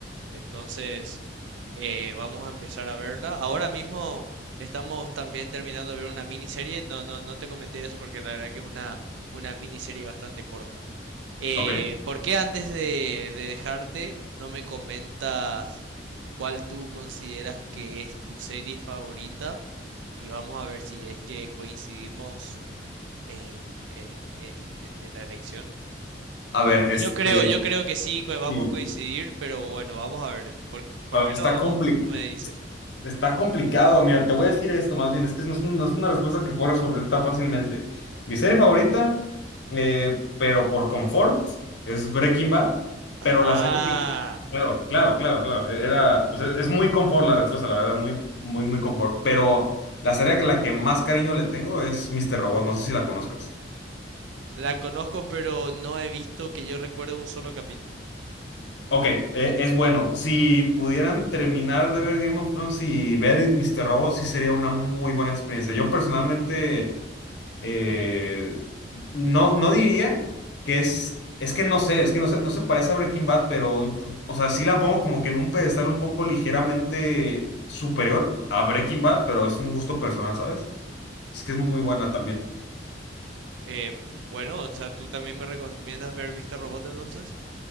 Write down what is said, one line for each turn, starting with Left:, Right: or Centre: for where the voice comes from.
Right: entonces eh, vamos a empezar a verla. Ahora mismo estamos también terminando de ver una miniserie. No, no, no te comenté eso porque la verdad que es una, una miniserie bastante corta. Eh,
Left: ¿Ok?
Right: ¿por qué antes de, de dejarte no me comentas cuál tú consideras que es tu serie favorita? Y vamos a ver si es que coincidimos en, eh, en en- en la elección.
Left: A ver, este...
Right: Yo creo, yo creo que sí, que vamos
Left: sí.
Right: a coincidir, pero bueno, vamos a ver. ¿Por, por
Left: A ver,
Right: qué
Left: está
Right: no,
Left: complicado.
Right: no me dices?
Left: Está complicado, mira, te voy a decir esto más bien, es que no es, un- no es una respuesta que puedo resolver tan fácilmente. Mi serie favorita, eh, pero por confort, es Breaking Bad, pero
Right: Ajá,
Left: la serie que... Claro, claro, claro, claro, e- era, pues es, es muy confort la respuesta, la verdad, muy, muy, muy confort, pero la serie que la que más cariño le tengo es Mr. Robot, no sé si la conozcas.
Right: la conozco, pero no he visto que yo recuerde un solo capítulo.
Left: Ok, eh, es bueno, si pudieran terminar de ver Game of Thrones y ver Mr. Robot, sí sería una muy buena experiencia. Yo personalmente... Eh, no, no diría que es, es que no sé, es que no se, no se parece a Breaking Bad, pero, o sea, sí la pongo como que en un pedestal un poco ligeramente superior a Breaking Bad, pero es un gusto personal, ¿sabes? Es que es muy buena también.
Right: Eh, bueno, o sea, ¿tú también me recomiendas ver Mr. Robot entonces?